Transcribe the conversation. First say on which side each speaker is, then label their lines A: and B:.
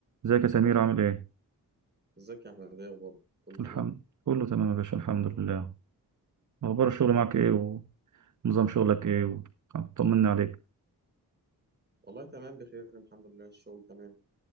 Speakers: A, on the right; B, on the right.
A: ازيك يا سمير عامل ايه؟
B: ازيك يا احمد ايه اخبارك كله تمام
A: الحمد كله تمام يا باشا الحمد لله اخبار الشغل معاك ايه ونظام شغلك ايه و- طمنا عليك
B: والله تمام بخير الحمد لله الشغل تمام